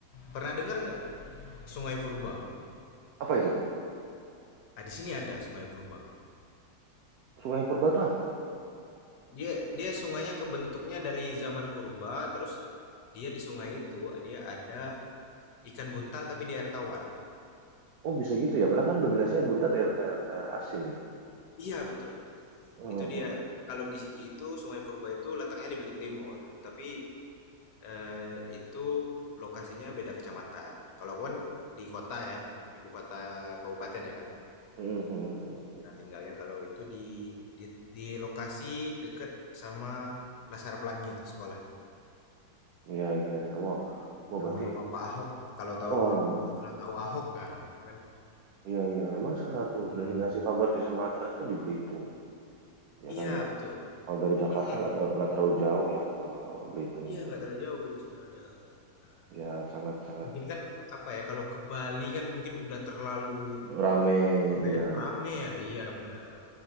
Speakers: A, on the left (about 65°); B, on the right (about 75°).
A: pernah dengar nggak Sungai Purba?
B: Apa itu?
A: Nah, di sini ada Sungai Purba.
B: Sungai Purba itu apa?
A: Dia dia sungainya kebentuknya dari zaman purba, terus dia di sungai itu dia ada ikan buntal tapi di air tawar.
B: Oh, bisa gitu ya. Padahal kan dominasinya buntar di air, air, air asin ya.
A: Iya, betul.
B: Mhm.
A: Itu dia. Kalau di itu Sungai Purba itu letaknya di Belitung Timur, tapi eh, itu lokasinya beda kecamatan. Kalau aku kan di kota ya, ibu kota kabupaten ya kan.
B: Mhm.
A: Nah, tinggalnya kalau itu di di di lokasi deket sama Laskar Pelangi itu sekolahnya,
B: Iya, iya, iya. Wow. Wow,
A: sama
B: berarti
A: rumah Pak Ahok. Kalau tahu
B: oh,
A: rumah kalau tahu Ahok, nah itu kan.
B: iya iya. Memang salah satu
A: Mhm.
B: destinasi favorit di Sumatera tuh di Belitung. Ya
A: Iya,
B: kan ya.
A: betul.
B: Kalau dari Jakarta
A: Mhm.
B: nggak terlalu nggak terlalu jauh ya ke Belitung
A: Iya,
B: itu.
A: nggak terlalu jauh sebenarnya, benar.
B: Ya, sangat sangat
A: Mungkin kan, apa ya, kalau ke Bali kan mungkin udah terlalu,
B: rame
A: apa
B: ya
A: ya, rame ya, iya benar,